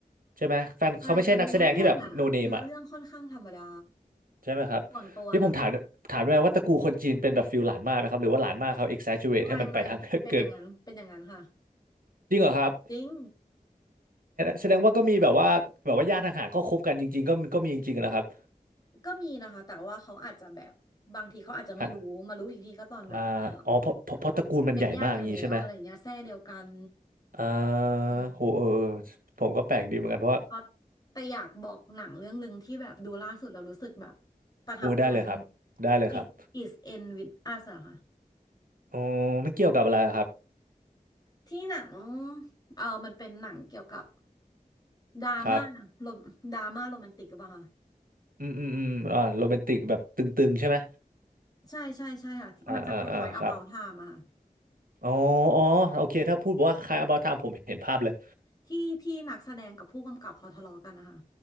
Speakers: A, on the right; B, on the left.
A: ใช่ไหมแฟนเขาไม่ใช่นักแสดงที่แบบโนเนม
B: ใช่แต่เนื้อเรื่องอ่ะเนื้อเรื่องค่อนข้างธรรมดา
A: ใช่ไหมครับนี่ผมถามถามได้ไหมว่าตระกูลคนจีนเป็นแบบฟิลหลานมากไหมครับหรือว่าหลานมากเขา
B: ส่วนตัวนะคะ
A: exaggerate
B: ไม่ไม่เป็นอย่างนั้นเป็นอย่างนั้นค่ะ
A: ให้มันไปทาง <laughs> เกินจริงเหรอครับ
B: จริง
A: แสดงว่าก็มีแบบว่าแบบว่าญาติทางห่างๆก็คบกันจริงๆก็มีก็มีจริงๆอะนะครับ
B: ก็มีนะคะแต่ว่าเขาอาจจะแบบบางทีเขาอาจจะไม่รู้มารู้อีกทีก็ตอนแบบอ้าว
A: ฮะอ่าอ๋อเพราะเพราะเพราะตระกูลมันใหญ่มากอย่างงี้ใช่ไหม
B: เป็นญาติกันแล้วอะไรเงี้ยแทร่เดียวกัน
A: อ่า
B: อืม
A: โหเออเออผมก็แปลกดีเหมือนกันเพราะว่า
B: เพราะแต่อยากบอกหนังเรื่องหนึ่งที่แบบดูล่าสุดเรารู้สึกแบบประทับใจ
A: โอ้ได้เลยครับได้เลยครับ
B: It is end with us อะค่ะ
A: อ๋อไม่เกี่ยวกับอะไรครับ
B: ที่หนังเออมันเป็นหนังเกี่ยวกับดราม่าโรมดราม่าโรแมนติกหรือเปล่าคะ
A: ครับอืมอืมอืมอ่าโรแมนติกแบบตึงๆใช่ไหม
B: ใช่ใช่ใช่ค่ะมันจะคล้ายๆ
A: อ่าอ่าอ่าครับ
B: About Time อะค่ะ
A: อ๋ออ๋อโอเคถ้าพูดว่าคล้าย About Time ผมเห็นภาพเลย
B: ที่ที่นักแสดงกับผู้กำกับเขาทะเลาะกันนะคะ